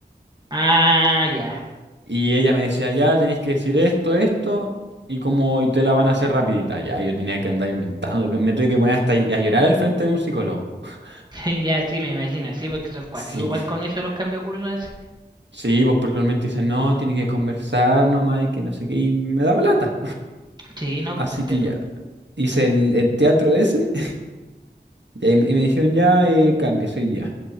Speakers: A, on the right; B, on the right.
A: Ah, ya.
B: Y ella me decía, ya tenéis que decir esto, esto, y como y te la van a hacer rapidita. Ya, yo tenía que andar inventando, que me tuve que poner hasta a llorar al frente de un psicólogo. <laughs>
A: <laughs> ya, sí, me imagino, sí, porque son cuáticos
B: Sí,
A: igual con eso los cambios de así.
B: sí, pues porque normalmente dicen, no, tiene que conversar nomás y que no sé qué, y me daba lata.
A: Sí, no, pues
B: Así
A: te entiendo.
B: que ya, hice el, el teatro ese, <laughs> y ahí me, y me dijeron, ya, eh, cambies hoy día.